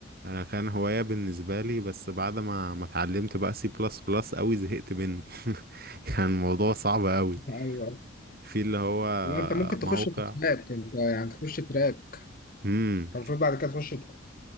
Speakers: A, on the right (about 45°); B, on the left (about 45°).
A: انا كان هواية بالنسبة لي بس بعد ما ما اتعلمت بقى سي بلس بلس قوي زهقت منه <laughs> كان الموضوع صعب قوي
B: <laughs> ايوه
A: في اللي هو
B: لا انت ممكن
A: موقع
B: تخش في تراك انت يعني تخش تراك
A: مم.
B: انت المفروض بعد كده تخش تراك.